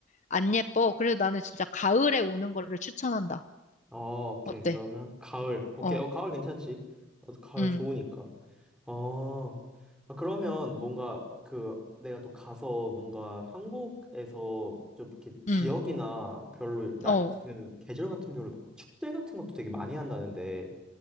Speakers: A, on the left; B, in the centre.
A: 안 예뻐. 그래서 나는 진짜 가을에 오는 거를 추천한다.
B: 어, 오케이.
A: 어때?
B: 그러면 가을. 오케이.
A: 어,
B: 어, 가을 괜찮지? 나도 가을
A: 음
B: 좋으니까. 어, 아, 그러면 뭔가 그 내가 또 가서 뭔가 한국에서 좀 이렇게 지역이나
A: 음,
B: 별로 날,
A: 어,
B: 그 계절 같은 별로 축제 같은 것도 되게 많이 한다는데